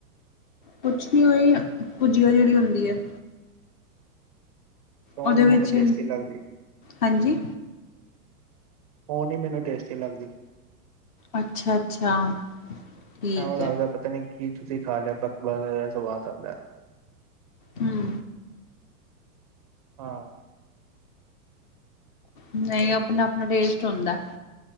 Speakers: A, on the left; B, on the right.
A: ਕੁਛ ਨੀ ਓਈ ਭੁਜੀਆ ਜਿਹੜੀ ਹੁੰਦੀ ਹੈ।
B: ਉਹ
A: ਉਹਦੇ
B: ਨੀ
A: ਵਿੱਚ,
B: ਮੈਨੂੰ ਟੇਸਟੀ ਲੱਗਦੀ,
A: ਹਾਂਜੀ।
B: ਉਹ ਨੀ ਮੈਨੂੰ ਟੇਸਟੀ ਲੱਗਦੀ।
A: ਅੱਛਾ, ਅੱਛਾ ਠੀਕ
B: ਐਵੇਂ ਲੱਗਦਾ
A: ਹੈ।
B: ਪਤਾ ਨੀ ਕੀ ਤੁਸੀਂ ਖਾ ਲਿਆ ਵੱਕ ਵਕਾ ਜਿਹਾ ਸਵਾਦ ਆਉਂਦਾ।
A: ਹੂੰ।
B: ਹਾਂ।
A: ਨਹੀਂ ਆਪਣਾ ਆਪਣਾ ਟੇਸਟ ਹੁੰਦਾ।